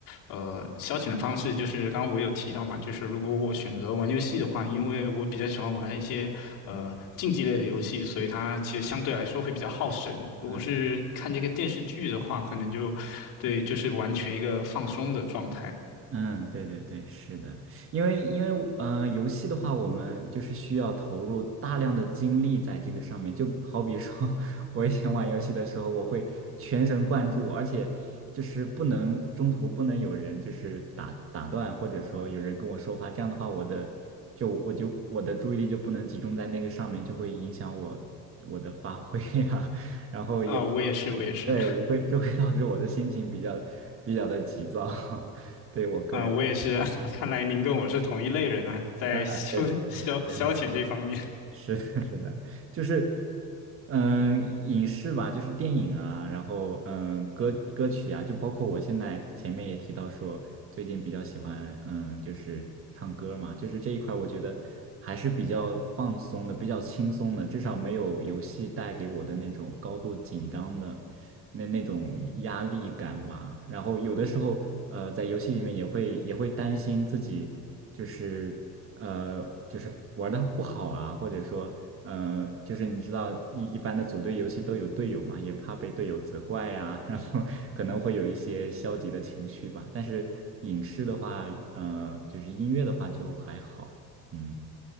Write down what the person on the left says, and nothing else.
呃消遣的方式，就是刚刚我有提到嘛，就是如果我选择玩游戏的话，因为我比较喜欢玩一些呃竞技类的游戏，所以它其实相对来说会比较耗神。如果是看这个电视剧的话，
可能就对，就是完全一个放松的状态。
啊，我也是，我也是，
啊，我也是。<laughs> 看来您跟我是同一类人啊，在消消消遣这方面。